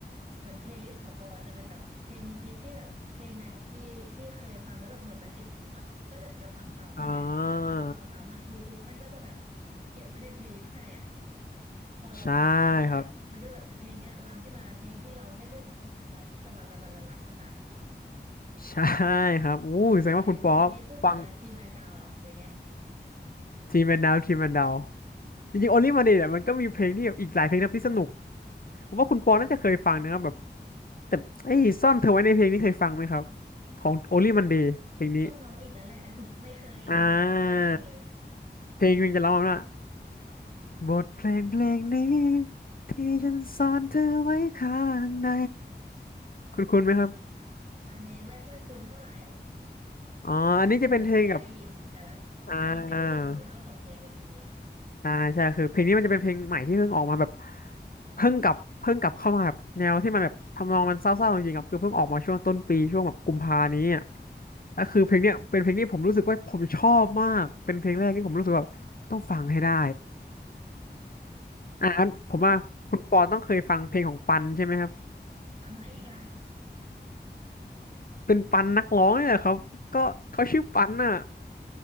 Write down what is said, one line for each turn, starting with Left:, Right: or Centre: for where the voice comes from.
Right: เหมือนเพลย์ลิสต์ของปอจะเป็นแบบเพลงฮิตๆที่แบบเพลงไหนที่ที่เคยฟังแล้วแบบเหมือนมันติดหูอ่ะก็จะจะฟังซ้ำใช่ไหมพอเราฟังซ้ำอ่ะ
Left: อ่า
Right: YouTube มันก็จะแบบเก็บไว้ในเพลย์ลิสต์ให้อ่ะพอเราฟังคราวหน้ามันก็จะแบบเป็นเพลงเนี้ยรันขึ้นมาเพลงที่เราไม่ได้สกิปมันไปมันก็จะรันรันรันรันรันขึ้นมา
Left: ใช่ครับ ใช่ครับอู้แสดงว่าคุณป๊อปฟัง
Right: ไหนไหนเมื่อกี้นี้พูดถึงลาทีแมนดาวเหรอหรือไง
Left: ทีมแมนดาวทีมแมนดาวจริงๆโอลิมาเดเนี่ยมันก็มีเพลงที่แบบอีกหลายเพลงนะครับที่สนุกผมว่าคุณปอน่าจะเคยฟังนะครับแบบแต่ไอ้ยซ่อนเธอไว้ในเพลงนี้เคยฟังไหมครับของโอลิมันเดย์เพลงนี้
Right: <laughs> ต้องร้องอีกแล้วแหละ <laughs> ไม่เคยรู้จักชื่อเพลงเลย
Left: อ่าเพลงมันจะร้องว่าบทเพลงเพลงนี้ที่ฉันซ่อนเธอไว้ข้างในคุณคุณไหมครับ
Right: อันนี้ไม่ค่อยคุ้นเท่าไหร่
Left: อ๋ออันนี้จะเป็นเพลงกับ
Right: แต่แต่เหมือนเคยได้ยินแต่แบบไม่ไม่ได้ติดหูเท่าสองเพลงเมื่อกี้นี้
Left: อ่า อ่าใช่คือเพลงนี้มันจะเป็นเพลงใหม่ที่เพิ่งออกมาแบบเพิ่งกลับเพิ่งกลับเข้ามาแบบแนวที่มันแบบทำนองมันเศร้าๆจริงๆครับคือเพิ่งออกมาช่วงต้นปีช่วงแบบกุมภานี้อ่ะก็คือเพลงเนี้ยเป็นเพลงที่ผมรู้สึกว่าผมชอบมากเป็นเพลงแรกที่ผมรู้สึกว่าต้องฟังให้ได้
Right: อ๋ออื
Left: อ่างั้นผมว่าคุณปอต้องเคยฟังเพลงของปันใช่ไหมครับ
Right: มปันไหนอีกอะ
Left: เป็นปันนักร้องเนี่ยแหละครับก็เขาชื่อปันอ่ะ